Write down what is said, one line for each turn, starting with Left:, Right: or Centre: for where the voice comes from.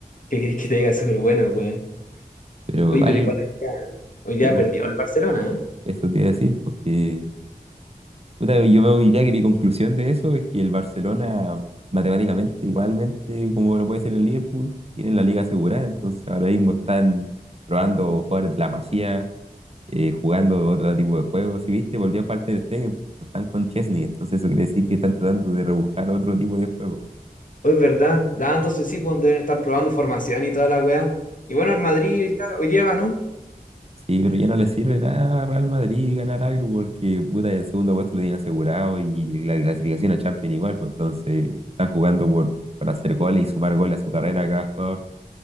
Left: ¿Qué crees que te diga? Súper bueno el weón.
Right: Pero
Left: Oye,
Right: igual,
Left: pero igual hoy día, hoy día
Right: digo,
Left: perdió el Barcelona, ¿eh?
Right: eso te iba a decir, porque Puta, yo veo hoy día que mi conclusión de eso es que el Barcelona, matemáticamente, igualmente, como lo puede ser el Liverpool, tienen la liga asegurada, entonces ahora mismo están probando jugadores de la Masía, eh, jugando otro tipo de juegos. Si viste, volvió a jugar Ter Stegen, están con Chesney, entonces eso quiere decir que están tratando de rebuscar otro tipo de juego.
Left: Oh, es verdad. Ah, entonces sí, pues deben estar probando formación y toda la weá. Y bueno, el Madrid hoy día, hoy día ganó.
Right: Sí, pero ya no le sirve nada a Real Madrid ganar algo porque puta, el segundo puesto lo tienen asegurado y la clasificación a Champions igual, pues entonces están jugando por, por hacer goles y sumar goles a su carrera cada jugador.